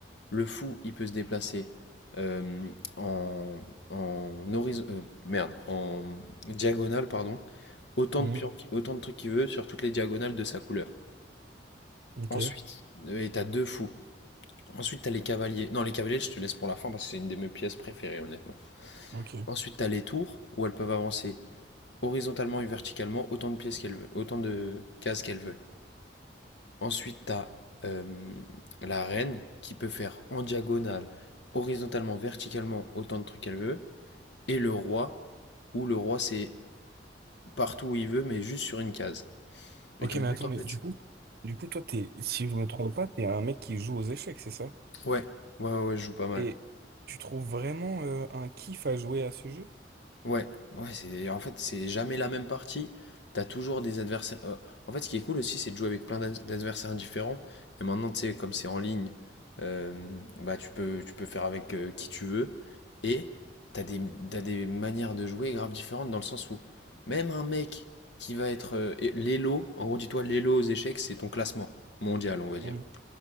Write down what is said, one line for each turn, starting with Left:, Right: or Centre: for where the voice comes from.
Left: Le fou, il peut se déplacer euh, en, en horiz- euh, merde, en diagonale, pardon. Autant
Right: Mhm.
Left: de pions, autant de trucs qu'il veut sur toutes les diagonales de sa couleur.
Right: Ok,
Left: Ensuite, Et t'as deux fous. Ensuite, t'as les cavaliers. Non, les cavaliers, je te laisse pour la fin parce que c'est une de mes pièces préférées, honnêtement.
Right: ok.
Left: Ensuite, tu as les tours où elles peuvent avancer horizontalement et verticalement autant de pièces qu'elles veulent, autant de cases qu'elles veulent. Ensuite, tu as euh, la reine qui peut faire en diagonale, horizontalement, verticalement autant de trucs qu'elle veut. Et le roi où le roi c'est partout où il veut mais juste sur une case. Et
Right: Ok,
Left: ton
Right: mais
Left: but
Right: attends,
Left: en
Right: mais
Left: fait?
Right: du coup, du coup, toi, t'es, si je me trompe pas, t'es un mec qui joue aux échecs, c'est ça?
Left: Ouais, ouais, ouais, ouais, je joue pas mal.
Right: Et tu trouves vraiment euh, un kiff à jouer à ce jeu?
Left: Ouais, ouais, c'est en fait c'est jamais la même partie. T'as toujours des adversaires. euh, en fait, ce qui est cool aussi, c'est de jouer avec plein d'ad- d'adversaires différents. Et maintenant, tu sais, comme c'est en ligne, euh, bah tu peux tu peux faire avec euh, qui tu veux. Et t'as des t'as des manières de jouer grave différentes dans le sens où même un mec qui va être euh, et- l'élo, en gros, dis-toi l'élo aux échecs, c'est ton classement mondial, on va dire.
Right: Mhm.